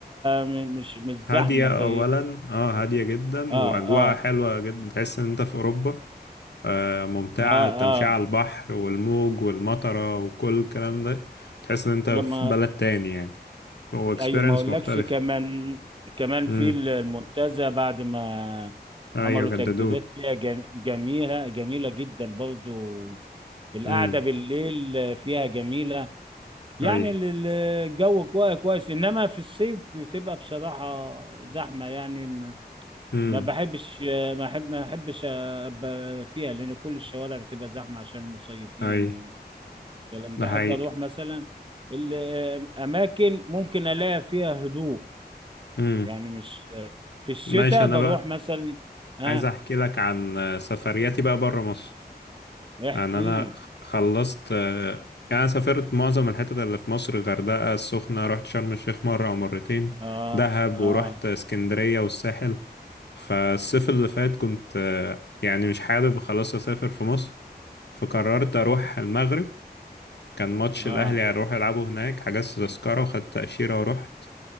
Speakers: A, on the right; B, on the left.
A: م- مش مش زحمه
B: هادية
A: زي
B: أولا
A: ال-
B: اه هادية جدا
A: اه
B: وأجواءها
A: اه
B: حلوة جدا تحس إن أنت في أوروبا آه ممتعة
A: اه
B: التمشية
A: اه
B: على البحر والموج والمطرة وكل الكلام ده تحس إن أنت
A: لما
B: في بلد تاني يعني هو اكسبيرينس
A: ايوه ما اقولكش
B: مختلف
A: كمان كمان
B: امم
A: في ال- المنتزه بعد ما
B: أيوة
A: عملوا
B: جددوه
A: تجديدات فيها جم- جميله جميله جدا برضو القعده
B: امم
A: بالليل فيها جميله يعني
B: أي
A: ال- ال- الجو كويس كويس انما في الصيف بتبقى بصراحه زحمه يعني
B: امم
A: ما بحبش ما احب ما احبش ابقى فيها لان كل الشوارع بتبقى زحمه عشان المصيفين
B: أي
A: والكلام ده
B: ده حقيقي
A: احب اروح مثلا الاماكن ممكن الاقي فيها هدوء
B: مم.
A: يعني مش في الشتاء
B: ماشي انا
A: بروح
B: بقى
A: مثلا اه
B: عايز احكي لك عن سفرياتي بقى بره مصر
A: احكي
B: يعني انا
A: لي
B: خلصت يعني انا سافرت معظم الحتت اللي في مصر غردقة السخنة رحت شرم الشيخ مرة او مرتين
A: اه
B: دهب
A: اه
B: ورحت اسكندرية والساحل فالصيف اللي فات كنت يعني مش حابب خلاص اسافر في مصر فقررت اروح المغرب كان ماتش
A: اه
B: الاهلي هيروح يلعبوا هناك حجزت تذكرة وخدت تأشيرة ورحت